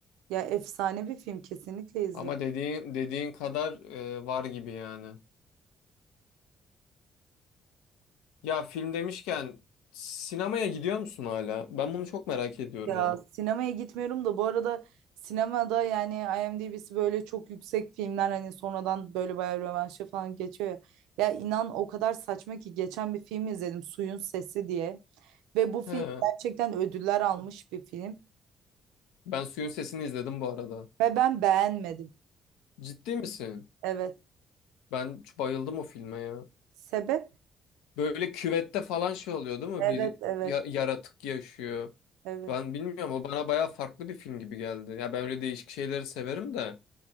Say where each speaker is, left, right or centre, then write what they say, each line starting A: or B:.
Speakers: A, on the right; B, on the left.
A: Ya efsane bir film kesinlikle izle.
B: Ama dediğin dediğin kadar e, var gibi yani. Ya film demişken sinemaya gidiyor musun hala? Ben bunu çok merak ediyorum
A: Ya
B: ha.
A: sinemaya gitmiyorum da bu arada sinemada yani IMDb'si böyle çok yüksek filmler hani sonradan böyle bayağı rövanşa falan geçiyor ya. Ya inan o kadar saçma ki geçen bir film izledim Suyun Sesi diye. Ve bu film
B: He,
A: gerçekten ödüller almış bir film.
B: ben Suyun Sesini izledim bu arada.
A: Ve ben beğenmedim.
B: Ciddi misin?
A: Evet.
B: Ben çok bayıldım o filme ya.
A: Sebep?
B: Böyle küvette falan şey oluyor değil mi?
A: Evet,
B: Bir
A: evet,
B: ya- yaratık yaşıyor.
A: evet.
B: Ben bilmiyorum o bana bayağı farklı bir film gibi geldi. Ya ben öyle değişik şeyleri severim de.